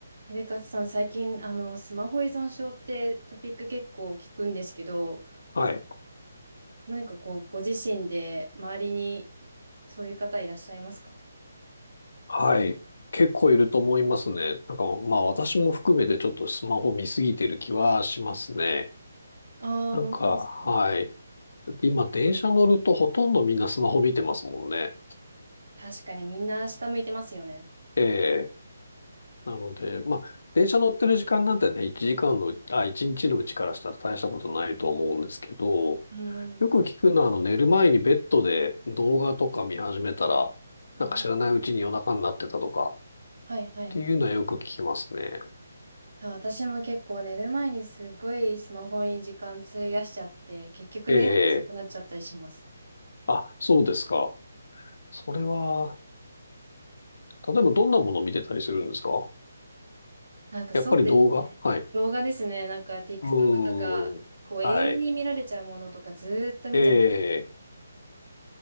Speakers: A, on the right; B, on the left.
A: 秀勝さん、最近、あの、スマホ依存症ってトピック結構聞くんですけど、
B: はい。
A: 何かこう、ご自身で周りにそういう方いらっしゃいますか
B: はい。結構いると思いますね。なんか、まあ私も含めてちょっとスマホ見すぎてる気はしますね。
A: ああー、
B: なんか、
A: 本当ですか。
B: はい。だって今電車乗るとほとんどみんなスマホ見てますもんね。
A: 確かにみんな下向いてますよね。
B: ええ。なので、まあ電車乗ってる時間なんてね、1時間のう、あ、1日のうちからしたら大したことないと思うんですけど、
A: うんうん。
B: よく聞くのはあの寝る前にベッドで動画とか見始めたら、
A: あー、
B: なんか知らないうちに夜中になってたとかっ
A: はいはい。
B: ていうのはよく聞きますね。
A: あ私も結構寝る前にすごいスマホに時間費やしちゃって、結局寝るの遅くなっちゃったりします。
B: ええあ、そうですか。それは、例えばどんなものを見てたりするんですか
A: なんかそうですね。
B: やっぱり動画はい。
A: 動画ですね。なんか TikTok
B: うーん。
A: とか、こう永遠に見られちゃうものとかずーっと見ちゃい
B: はい。ええ、